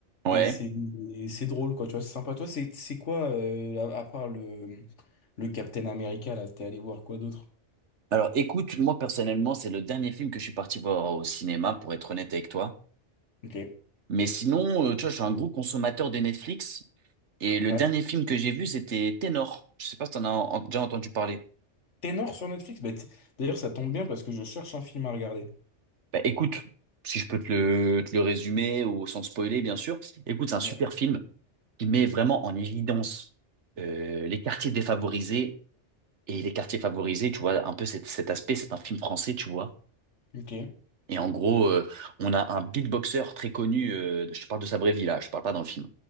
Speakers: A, on the right; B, on the left.
A: Ouais.
B: Et c'est et c'est drôle, quoi, tu vois, c'est sympa. Toi, c'est c'est quoi, euh, à, à part le, le Captain America, là, t'es allé voir quoi d'autre?
A: Alors, écoute, moi personnellement, c'est le dernier film que je suis parti voir au cinéma, pour être honnête avec toi.
B: Ok.
A: Mais sinon, euh, tu vois, je suis un gros consommateur de Netflix. Et le
B: Ouais.
A: dernier film que j'ai vu, c'était Ténor. Je sais pas si t'en as en- déjà entendu parler.
B: Ténor sur Netflix? Bah, t- D'ailleurs, ça tombe bien parce que je cherche un film à regarder.
A: Bah, écoute, si je peux te le, te le résumer ou sans te spoiler, bien sûr. Écoute, c'est un super
B: Ouais.
A: film qui met vraiment en évidence euh, les quartiers défavorisés et les quartiers favorisés, tu vois, un peu cet, cet aspect, c'est un film français, tu vois.
B: Ok.
A: Et en gros, euh, on a un beatboxer très connu, euh, je te parle de sa vraie vie là, je parle pas dans le film.